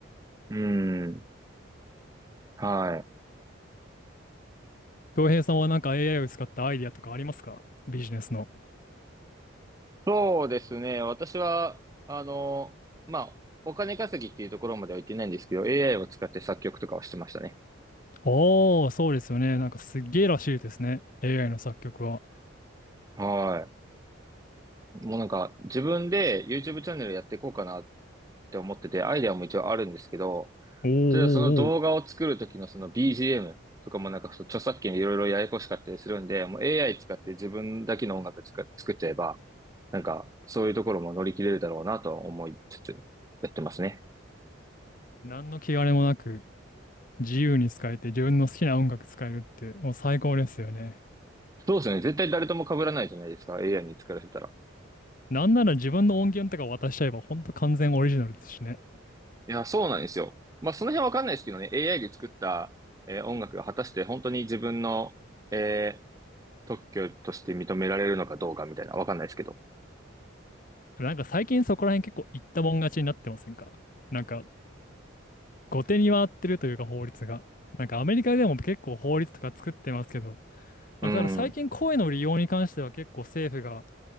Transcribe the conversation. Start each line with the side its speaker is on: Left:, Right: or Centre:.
Right: うん。はい。
Left: 恭平さんはなんか AI を使ったアイディアとかありますかビジネスの。
Right: そうですね。私は、あの、まあ、お金稼ぎっていうところまでは行ってないんですけど、AI を使って作曲とかはしてましたね。
Left: ああ、そうですよね。なんかすっげえらしいですね。AI の作曲は。
Right: はい。もうなんか、自分で YouTube チャンネルやっていこうかなって思ってて、アイデアも一応あるんですけど、
Left: おーお
Right: 例えばその動画を作る時のその
Left: ーおー。
Right: BGM とかもなんかその著作権でいろいろややこしかったりするんで、もう AI 使って自分だけの音楽つか作っちゃえば、なんか、そういうところも乗り切れるだろうなとは思いつつ、やってますね。
Left: 何の気兼ねもなく自由に使えて自分の好きな音楽使えるってもう最高ですよね。
Right: そうですね。絶対誰とも被らないじゃないですか。AI に作らせたら。
Left: なんなら自分の音源とか渡しちゃえばほんと完全オリジナルですしね。
Right: いや、そうなんですよ。まあ、その辺わかんないですけどね。AI で作った、えー音楽が果たして本当に自分の、えー特許として認められるのかどうかみたいな。わかんないですけど。
Left: でもなんか最近そこら辺結構言ったもん勝ちになってませんかなんか後手に回ってるというか法律が。なんかアメリカでも結構法律とか作ってますけど、
Right: うん、
Left: まあ、ただ最近声の利用に関しては結構政府が、